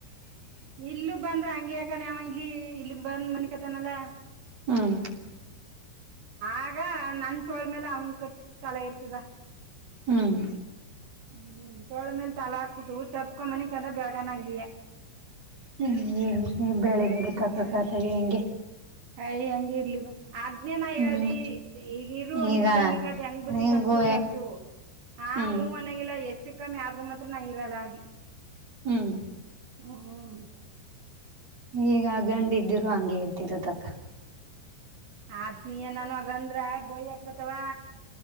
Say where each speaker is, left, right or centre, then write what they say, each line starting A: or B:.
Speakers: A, on the right; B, on the right.
A: ಇಲ್ಲೂ ಬಂದ್ರ ಹಂಗ ಯಾಕನ್ವ ಇಲ್ಲಿ ಇಲ್ಲಿ ಬಂದ್ ಮನಿಕತನಲ್ಲಾ.
B: ಹ್ಮ್.
A: ಆಗ ನನ್ ತೊಳ ಮೇಲೆ ಅವನ ತಲೆ ಇರ್ತದ.
B: ಹ್ಮ್.
A: ಹ್ಮ ತೋಳ ಮೇಲೆ ತಲೆ ಹಾಕಿ ಬಿಟ್ಟು ತಪ್ಕೊ ಮನಿಕೊಡ್ರೆ ಅಂದ್ರೆ ಬೆಳಗಾನಂಗಯ
B: ಹ ಹೆಂ ಬೆಳಿಗ್ಗೆ ತಕ್ಕತಾಗ
A: ಹ್ಮ್
B: ಹೆಂಗೆ
A: ಅಯ ಹಂಗಿ ಇರ್ಲಿ ಬಾ ಆದನೇ ನಾ
B: ಹ್ಮ್
A: ಹೇಳ್ದಿ ಈಗಿರು
B: ಈಗ
A: ನಿನ್ನ ತಂಗಿಗ ಹಂಗ್ ಬುದ್ಧಿ
B: ನಿಗೂ
A: ಕಲಸ್ತಿಯೊ ಕಲ್ಸು ಹಾ
B: ಹ್ಮ್
A: ಮನಾಗಿಲ್ಲ ಹೆಚ್ಚು ಕಮ್ಮಿ ಆದ್ರೂ ಮಾತ್ರ ನಾ ಇರಲ್ಲ ಅಂದಿ
B: ಹುಂ
A: ಹು
B: ಈಗ ಆ ಗಂಡ ಇದ್ದಿರು ಹಂಗೆ ಇರ್ತಿರೋದಕ್ಕಾ
A: ಆತ್ಮೀಯ ನಾನ ಹಂಗಂದ್ರ ಬೈಯಕ ಬರ್ತಾವಾ